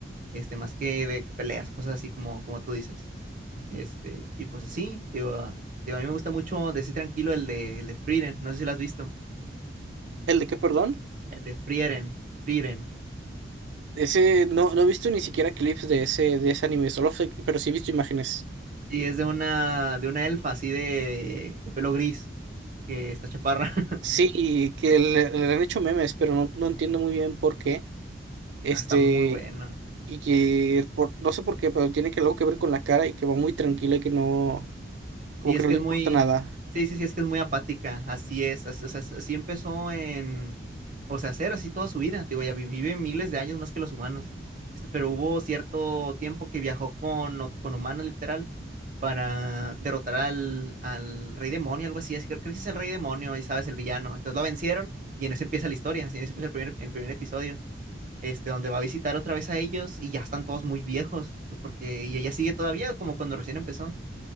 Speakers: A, on the right; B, on the right.
A: este, más que de que peleas, cosas así como, como tú dices. Este, y pues así, te digo, ah, te digo, a mí me gusta mucho decir tranquilo el de, el de Frieren, no sé si lo has visto,
B: ¿El de qué, perdón?
A: el de Frieren, Frieren.
B: Ese, no, no he visto ni siquiera clips de ese, de ese anime, solo sé- pero sí he visto imágenes.
A: Sí, es de una, de una elfa así de, de pelo gris, que está chaparra. <laughs>
B: Sí, que le, le han hecho memes, pero no, no entiendo muy bien por qué. Este,
A: Ah, está muy bueno.
B: y que por, no sé por qué, pero tiene que algo que ver con la cara y que va muy tranquila y que no, como
A: Sí,
B: que
A: es
B: no
A: que
B: le
A: es
B: importa
A: muy,
B: nada.
A: sí, sí, sí, es que es muy apática, así es, as- o sea, así empezó en, o sea, ser así toda su vida, te digo, ya vi- vive miles de años más que los humanos, este, pero hubo cierto tiempo que viajó con, ot- con humanos literal para derrotar al, al rey demonio, algo así, así que creo que sí es el rey demonio, y sabes, el villano, entonces lo vencieron y en eso empieza la historia, así, en eso empieza el primer, el primer episodio. Este, donde va a visitar otra vez a ellos y ya están todos muy viejos, pues porque, y ella sigue todavía como cuando recién empezó.